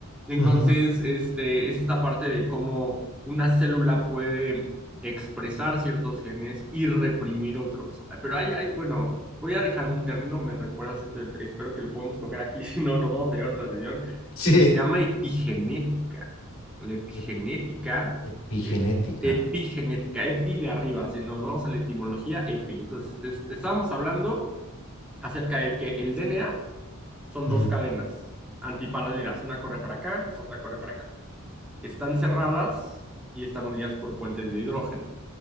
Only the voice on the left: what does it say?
Ujú.
Sí.
Ep- epigenética.
Ujú,